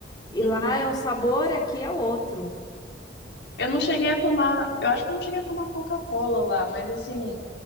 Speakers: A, on the left; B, on the left.
A: E
B: Uhum.
A: lá é um sabor, aqui é outro.
B: Eu não cheguei a tomar, eu acho que eu não cheguei a tomar Coca-Cola lá, mas assim,